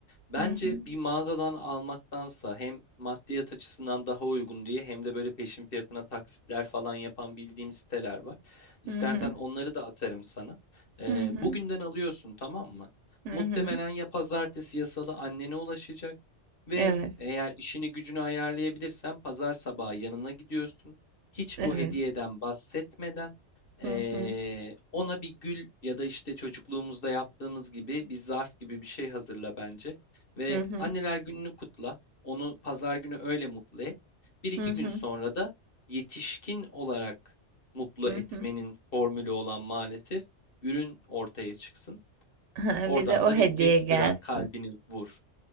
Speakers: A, on the left (about 50°); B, on the right (about 80°).
A: Bence
B: Hı hı.
A: bir mağazadan almaktansa hem maddiyat açısından daha uygun diye hem de böyle peşin fiyatına taksitler falan yapan bildiğim siteler var. İstersen
B: Hı hı.
A: onları da atarım sana. Ee,
B: Hı hı.
A: bugünden alıyorsun tamam mı?
B: Hı
A: Muhtemelen
B: hı.
A: ya pazartesi ya salı annene ulaşacak ve
B: Evet.
A: eğer işini gücünü ayarlayabilirsen pazar sabahı yanına gidiyorsun. Hiç
B: Evet.
A: bu hediyeden bahsetmeden Eee,
B: Hı hı.
A: ona bir gül ya da işte çocukluğumuzda yaptığımız gibi bir zarf gibi bir şey hazırla bence. Ve
B: Hı hı.
A: anneler gününü kutla. Onu pazar günü öyle mutlu et. Bir iki
B: Hı hı.
A: gün sonra da yetişkin olarak mutlu
B: Hı
A: etmenin
B: hı.
A: formülü olan maalesef ürün ortaya çıksın.
B: <laughs> Ha,
A: Oradan
B: Bir de o
A: da
B: hediye
A: bir ekstra
B: gelsin.
A: kalbini vur.